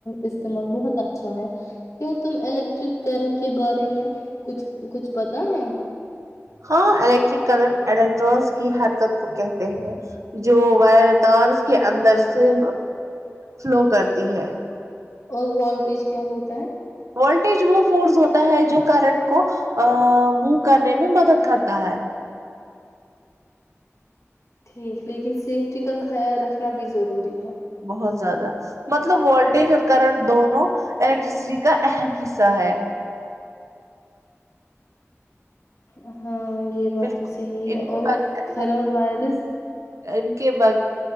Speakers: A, on the left; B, on the right.
A: استعمال بہت اچھا ہے کیا تم الیکٹرک کرنٹ کے بارے میں کچھ کچھ پتا ہے
B: ہاں الیکٹرک کرنٹ الیکٹرانس کی حرکت کو کہتے ہیں جو وائر تار کے اندر سے فلو کرتی ہے
A: اور والٹیج کیا ہوتا ہے
B: وولٹیج وہ فورس ہوتا ہے جو کرنٹ کو موو کرنے میں مدد کرتا ہے
A: ٹھیک لیکن سیفٹی کا خیال رکھنا بھی ضروری ہے
B: بہت زیادہ مطلب وولٹیج اور کرنٹ دونوں الیکٹرسٹی کا اہم حصہ ہے
A: ا <inaudible> ہاں یہ بات
B: بالکل
A: تو صحی ہے اور خراب وائرس
B: اننک با